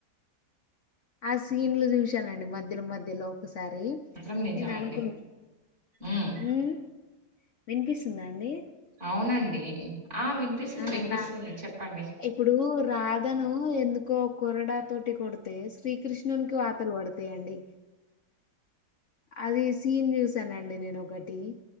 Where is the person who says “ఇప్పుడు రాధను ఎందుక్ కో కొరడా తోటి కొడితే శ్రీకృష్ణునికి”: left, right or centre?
Left